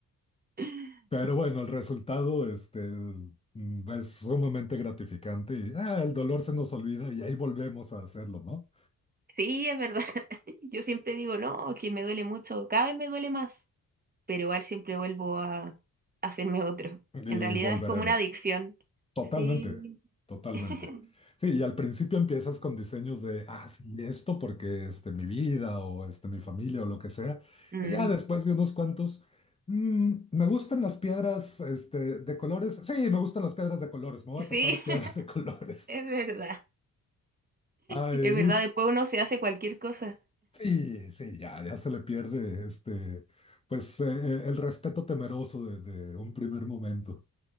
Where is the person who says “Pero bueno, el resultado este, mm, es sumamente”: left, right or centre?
Left